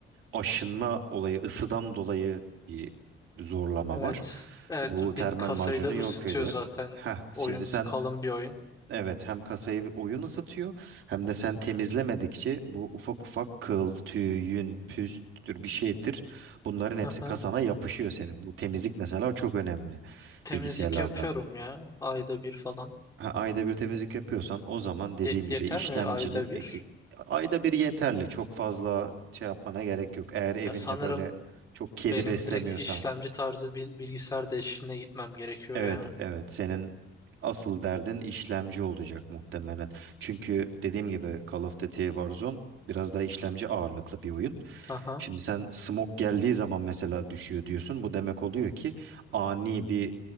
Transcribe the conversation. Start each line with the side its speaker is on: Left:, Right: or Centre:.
Right: aşınma olayı, ısıdan dolayı bir zorlama
Left: Evet.
Right: var.
Left: Evet
Right: Bu termal
Left: bir kasayı
Right: macunu
Left: da ısıtıyor
Right: yok eder.
Left: zaten.
Right: Heh, şimdi
Left: Oyun
Right: sen
Left: kalın bir oyun.
Right: Evet hem kasayı oyun ısıtıyor hem de sen temizlemedikçe bu ufak ufak kıl, tüy, yün, püstür bir şeydir. Bunların hepsi
Left: Aha.
Right: kasana yapışıyor senin. Bu temizlik mesela çok önemli
Left: Temizlik
Right: bilgisayarlarda.
Left: yapıyorum ya ayda bir falan.
Right: Ha, ayda bir temizlik yapıyorsan o zaman dediğim
Left: Yet
Right: gibi
Left: yeter
Right: işlemcinin
Left: mi ayda bir?
Right: eksik. Ayda bir yeterli. Çok fazla şey yapmana gerek yok. Eğer evinde
Left: Ya sanırım
Right: böyle çok kedi
Left: benim
Right: beslemiyorsan
Left: direkt işlemci tarzı bil- bilgisayar değişikliğine gitmem gerekiyor
Right: Evet,
Left: ya.
Right: evet. Senin asıl derdin işlemci olacak muhtemelen. Çünkü dediğim gibi Call of Duty Warzone biraz daha işlemci ağırlıklı bir oyun.
Left: Aha
Right: Şimdi sen smoke geldiği zaman mesela düşüyor diyorsun. Bu demek oluyor ki ani bir